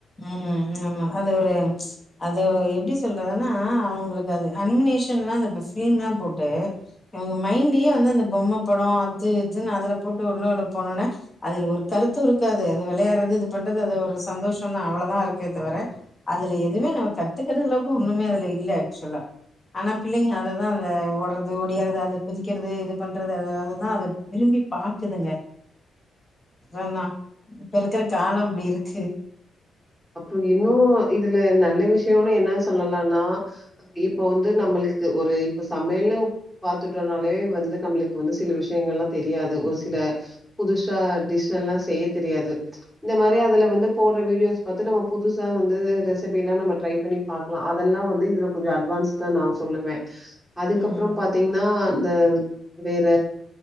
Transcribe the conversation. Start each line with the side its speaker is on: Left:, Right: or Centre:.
Left: ம் ஆமா அது ஒரு அது எப்டி சொல்றதுன்னா அவுங்களுக்கு அது அனிமினேஷன்லா அந்த ப ஃப்லிம்லா போட்டு இவங்க மைண்டயே வந்து அந்த பொம்ம படோ அது இதுன்னு அதுல போட்டு உள்ள உள்ள போனோன்னே அதுல ஒரு கருத்து இருக்காது அது விளயாட்றது இது பண்றது அது ஒரு சந்தோ ஷந்தா அவள தா இருக்கே தவர அதுல எதுமே நம்ம கத்துக்கறளவுக்கு ஒன்னுமே அதுல இல்ல ஆக்சுலா ஆனா பிள்ளைங்க அதுதா அத ஓட்றது ஓடியாறது அது குதிக்கறது இது பண்றது அ அதுதா அது விரும்பி பாக்குதுங்க
Centre: <inaudible>
Left: ஏனா இப்ப இருக்கற காலோ அப்டி இருக்கு
Centre: அப்றோ இன்னு இதுல நல்ல விஷ்யோனு என்ன சொல்லலான்னா இப்ப வந்து நம்மளுக்கு ஒரு இப்ப சமையலு பாத்துட்டோனாலே வந்து நம்மளுக் வந்து சில விஷ்யங்கள்லா தெரியாது ஒரு சில புதுசா டிஸ் எல்லா செய்ய தெரியாது இந்த மாரி அதுல வந்து போட்ற வீடியோஸ் பாத்து நம்ம புதுசா வந்து ரெசிப்பில்லா நம்ம ட்ரை பண்ணி பாக்கலா அதெல்லா வந்து இதுல கொஞ்சோ அட்வான்ஸ்தா நா சொல்லுவே அதுக்கப்பறோ
Left: ம்
Centre: பாத்தீங்ன்னா இந்த வேற